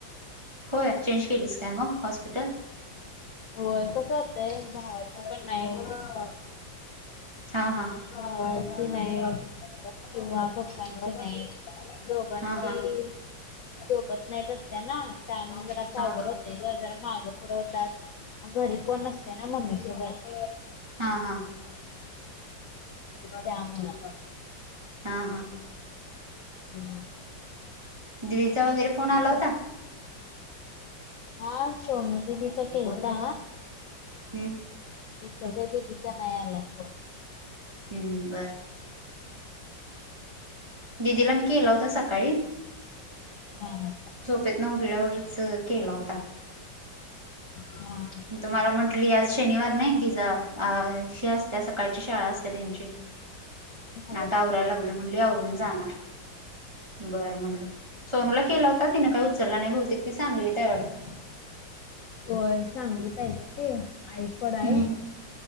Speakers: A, on the right (about 25°); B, on the left (about 70°).
A: होय चेंज केलीस काय मग हॉस्पिटल.
B: होय कसं होतयं भावाची पण नाइट.
A: हा हा
B: भावाची नाईट किंवा पप्पांची नाईट. दोघांची
A: हा हा
B: सोबत नाइट असतीया ना त्यामुळं जरासं
A: हा
B: अवघड होत. तेज्या जरा माग पुढं होतात मग घरी कोण नसतयं ना मम्मी सोबत.
A: हा हा
B: त्यामुळं.
A: हा हा.
B: हम्.
A: दिदीचा वगैरे फोन आला
B: बघितलं
A: होता.
B: हा सोमी दिदीचा केलता.
A: हम्म
B: इकडच्या दिदीचा नाही आला फोन.
A: ह बरं. दिदीला मी केला होता सकाळी.
B: हा हा.
A: झोपेतन उठल्यावरच केला होता.
B: हा
A: तु मला म्हंटली आज शनिवार नाही तिचा अ ह शी असतीया सकाळची शाळा असतीया तेंची.
B: होय
A: आता आवरायला लागलोय म्हटली आवरून जाणार. बरं म्हणलं सोनूला केला होता तिनं काय उचलला नाही बहुतेक ती सांगलीत हाय वाटतं.
B: होय सांगलीत हाय गं ती आईकडं आहे
A: हम्म